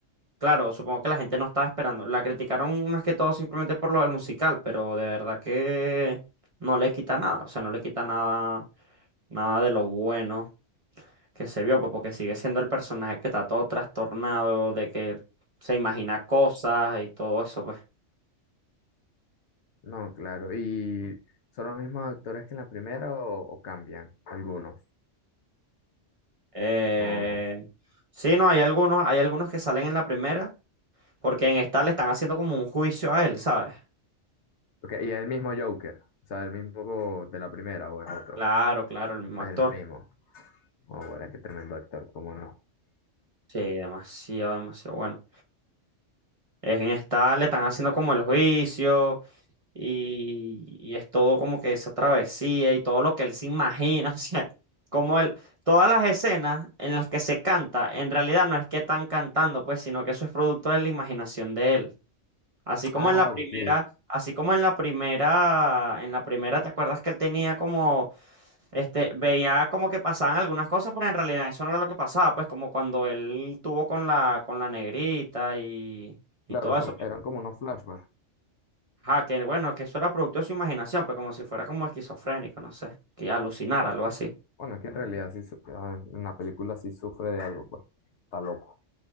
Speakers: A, on the right; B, on the left.
A: Claro, supongo que la gente no estaba esperando. La criticaron más que todo simplemente por lo del musical, pero de verdad que no le quita nada. O sea, no le quita nada, nada de lo bueno que se vio, pues, porque sigue siendo el personaje que está todo trastornado, de que se imagina cosas y todo eso, pues.
B: no, claro, y ¿son los mismos actores que en la primera o, o cambian algunos?
A: Eh,
B: No, no.
A: sí, no, hay algunos, hay algunos que salen en la primera, porque en esta le están haciendo como un juicio a él, ¿sabes?
B: Ok, y es el mismo Joker, o sea, el mismo de la primera o es otro,
A: Claro, claro, el mismo
B: es
A: actor.
B: el mismo. Oh, bueno, qué tremendo actor, cómo no.
A: Sí, demasiado, demasiado bueno. Es en esta, le están haciendo como el juicio y, y es todo como que esa travesía y todo lo que él se imagina. <laughs> O sea, como él, todas las escenas en las que se canta, en realidad no es que están cantando, pues, sino que eso es producto de la imaginación de él. Así como
B: Ah,
A: en la primera,
B: ok.
A: así como en la primera, en la primera, ¿te acuerdas que él tenía como, este, veía como que pasaban algunas cosas, pero en realidad eso no era lo que pasaba, pues como cuando él tuvo con la, con la negrita y, y
B: Claro,
A: todo eso.
B: son,
A: pues,
B: eran como unos flashbacks.
A: Ajá, que bueno, que eso era producto de su imaginación, pues como si fuera como esquizofrénico, no sé, que alucinara, algo así.
B: Bueno, es que en realidad sí, su- ah, en la película sí sufre de algo, pues. Está loco.